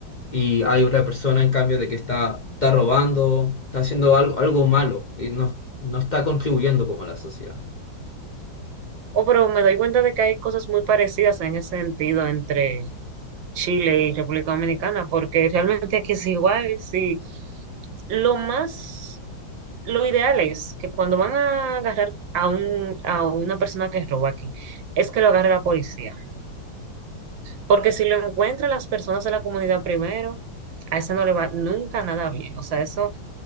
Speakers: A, on the left; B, on the right.
A: y hay otra persona, en cambio, de que está, está robando, está haciendo algo, algo malo y no, no está contribuyendo como a la sociedad.
B: Oh, pero me doy cuenta de que hay cosas muy parecidas en ese sentido entre Chile y República Dominicana, porque realmente aquí es igual, sí. Lo más Lo ideal es que cuando van a agarrar a un, a una persona que roba aquí, es que lo agarre la policía. Porque si lo encuentran las personas de la comunidad primero, a ese no le va nunca nada bien. O sea, eso